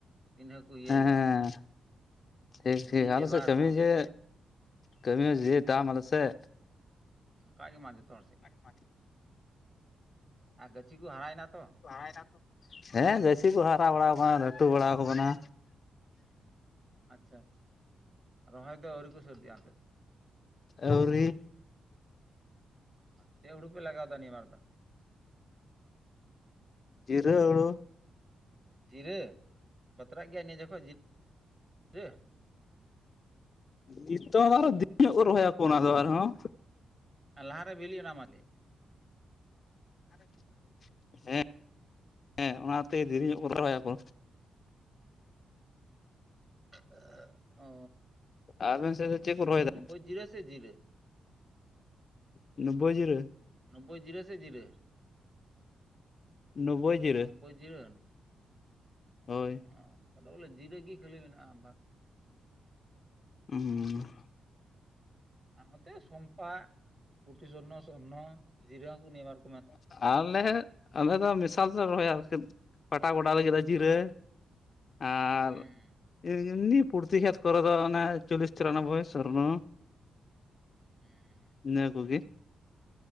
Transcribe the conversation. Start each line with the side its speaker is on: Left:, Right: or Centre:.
Right: ᱤᱱᱟᱹ ᱠᱚ ᱤᱭᱟᱹᱭ
Left: ᱦᱮᱸ
Right: ᱦᱩᱭᱩᱜᱼᱟ᱾
Left: ᱴᱷᱤᱠ ᱴᱷᱤᱠ
Right: ᱡᱮ
Left: ᱟᱞᱮ
Right: ᱞᱮᱵᱟᱨ
Left: ᱥᱮ ᱠᱟᱹᱢᱤ
Right: ᱦᱚᱸ
Left: ᱡᱮ ᱠᱟᱹᱢᱤ ᱦᱚᱸ ᱡᱮ ᱫᱟᱢ ᱟᱞᱮ ᱥᱮᱫ᱾
Right: ᱚᱱᱠᱟ ᱜᱮ ᱢᱟ ᱡᱚᱛᱚ ᱦᱚᱲ ᱥᱮᱫ ᱜᱮ
Left: ᱟᱪᱪᱷᱟ
Right: ᱟᱨ ᱜᱟᱹᱪᱷᱤ ᱠᱚ ᱦᱟᱨᱟᱭᱮᱱᱟ ᱛᱚ?
Left: <unintelligible> ᱦᱮᱸ ᱜᱟᱹᱪᱷᱤ ᱠᱚ ᱦᱟᱨᱟ ᱵᱟᱲᱟᱣ ᱠᱟᱱᱟ ᱞᱟᱹᱴᱩ ᱵᱟᱲᱟ ᱠᱚ ᱠᱟᱱᱟ᱾
Right: ᱟᱪᱪᱷᱟ ᱟᱪᱪᱷᱟ᱾ ᱨᱚᱦᱚᱭ ᱫᱚ ᱟᱹᱣᱨᱤ ᱠᱚ ᱥᱟᱨᱫᱤᱜ-ᱟ?
Left: ᱟᱣᱨᱤ᱾
Right: ᱪᱮᱫ ᱦᱩᱲᱩ ᱯᱮ ᱞᱟᱜᱟᱣ ᱫᱟ ᱱᱤᱭᱟᱹᱵᱟᱨ ᱫᱚ?
Left: ᱡᱤᱨᱟᱹᱣ ᱟᱲᱳ
Right: ᱡᱤᱨᱟᱹ ᱵᱟᱛᱨᱟᱜ ᱜᱮᱭᱟ ᱱᱤᱭᱟᱹ ᱡᱚᱠᱷᱚᱱ ᱡᱤᱨᱟᱹ ᱡᱤᱨᱟᱹ
Left: ᱱᱤᱛᱚᱜ ᱫᱚ ᱟᱨᱦᱚᱸ ᱫᱤᱱ ᱧᱚᱜ ᱠᱚ ᱨᱚᱦᱚᱭᱟᱠᱚ ᱚᱱᱟ ᱫᱚ ᱟᱨᱦᱚᱸ᱾
Right: ᱟᱨ ᱞᱟᱦᱟ ᱨᱮ ᱵᱤᱞᱤᱜ ᱚᱱᱟ ᱠᱤ?
Left: <inaudible> ᱦᱮᱸ ᱦᱮᱸ ᱚᱱᱟᱛᱮ ᱫᱤᱨᱤ ᱧᱚᱜ ᱠᱚ ᱨᱚᱦᱚᱭᱟᱠᱚ᱾
Right: <inaudible> ᱟᱜ ᱚ
Left: ᱟᱵᱮᱱ ᱥᱮᱫ ᱫᱚ ᱪᱮᱫ ᱠᱚ ᱨᱚᱦᱚᱭᱮᱫᱟ
Right: ᱱᱳᱵᱵᱳᱭ ᱡᱤᱨᱟᱹ ᱥᱮ ᱡᱤᱨᱟᱹ
Left: ᱱᱳᱵᱽᱵᱚᱭ ᱡᱤᱨᱟᱹ
Right: ᱱᱳᱵᱽᱵᱳᱭ ᱡᱤᱨᱟᱹ ᱥᱮ ᱡᱤᱨᱟᱹ᱾
Left: ᱱᱚᱵᱽᱵᱳᱭ ᱡᱤᱨᱟᱹ᱾
Right: ᱵᱳ ᱡᱤᱭᱟᱹᱱ
Left: ᱦᱳᱭ᱾
Right: ᱚ ᱚᱸᱰᱮ ᱵᱚᱞᱮ ᱡᱤᱨᱟᱹᱜ ᱜᱮ ᱠᱷᱟᱹᱞᱤ ᱢᱮᱱᱟᱜ-ᱟ ᱵᱟ
Left: ᱚᱸᱻ
Right: ᱟᱨ ᱱᱚᱛᱮ ᱥᱚᱢᱯᱟᱜ, ᱜᱩᱴᱤ ᱥᱚᱨᱱᱚ, ᱥᱚᱨᱱᱚ ᱡᱤᱨᱟᱹᱝ, ᱥᱩᱱᱤᱣᱟᱨ
Left: ᱟᱞᱮ ᱟᱞᱮ ᱫᱚ ᱢᱤᱥᱟᱞ ᱛᱮᱞᱮ ᱨᱚᱦᱚᱭᱟ ᱟᱨ ᱯᱟᱴᱟ ᱜᱚᱰᱟ ᱞᱟᱹᱜᱤᱫ ᱫᱚ ᱡᱤᱨᱟᱹ᱾ ᱟᱨ
Right: ᱦᱩᱸ
Left: ᱮᱢᱱᱤ ᱯᱨᱩᱛᱤ ᱠᱷᱮᱛ ᱠᱚᱨᱮ ᱫᱚ ᱚᱱᱟ ᱪᱚᱞᱞᱤᱥ ᱪᱚᱨᱚᱱᱟᱵᱷᱚᱭᱮᱥ ᱥᱚᱨᱱᱚ᱾
Right: ᱦᱩᱸ᱾
Left: ᱤᱱᱟ ᱠᱚ ᱜᱮ᱾